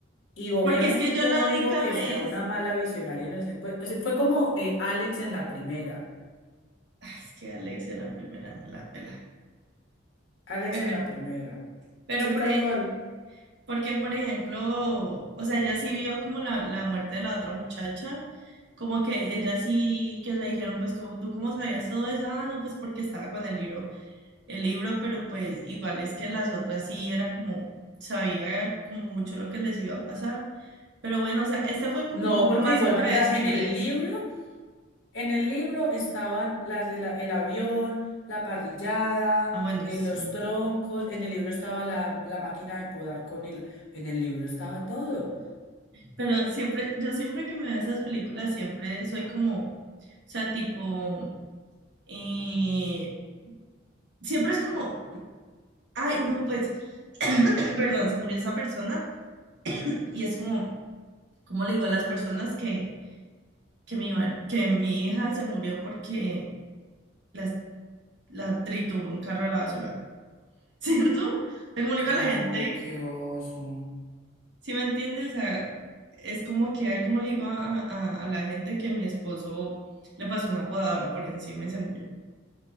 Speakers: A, on the left; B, on the right.
A: y obviamente
B: porque es que yo
A: yo
B: la
A: no
B: única
A: digo que
B: vez,
A: sea una mala visionaria en el sentido, o sea, fue como eh, Alex en la primera,
B: ay, es que Alex en la primera me la pela,
A: Alex
B: pero,
A: en la primera.
B: pero
A: Sí,
B: por,
A: tal
B: e-
A: cual.
B: Porque, por ejemplo, o sea, ella sí vio como la, la muerte de la otra muchacha, como que ella sí, que le dijeron, pues, como tú cómo sabías todo eso, ah, no, pues porque estaba con el libro, el libro, pero pues igual es que las otras sí eran como, sabía como mucho lo que les iba a pasar, pero bueno, o sea, este fue como
A: No,
B: un poco
A: porque
B: más
A: de igual
B: impredecible.
A: manera en el libro En el libro estaban las de la- el avión, la parrillada,
B: Ah, bueno,
A: eh,
B: sí,
A: los troncos, en el libro estaba la, la máquina de podar con el, en el libro estaba todo.
B: pero siempre, yo siempre que me veo esas películas, siempre soy como, o sea, tipo, eh, siempre es como... Ay, no, pues <coughs> perdón, se murió esa persona y es como, ¿cómo le digo a las personas que, que, mi, ma- que mi hija se murió porque las- la trituró un carro a la basura? <laughs> ¿Cierto? O sea, ¿cómo le
A: No,
B: digo a la gente?
A: qué oso.
B: ¿Sí me entiendes? O sea, es como que hay, como le digo a, a- a a la gente que mi esposo le pasó una podadora por encima y se murió?